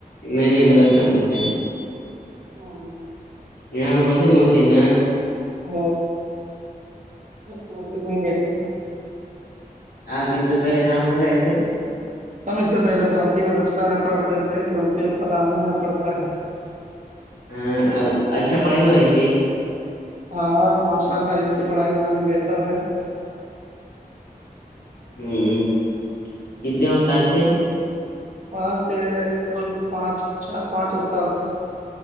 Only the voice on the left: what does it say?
نہیں نہیں مدرسے میں پڑتے ہیں
یہاں پہ مسجد میں ہوتی ہے نا
آپ اس سے پہلے کہاں پر رہے تھے
ہاں اب اچھا پڑھائی ہو رہی تھی
ہوں کتنےتاد تھے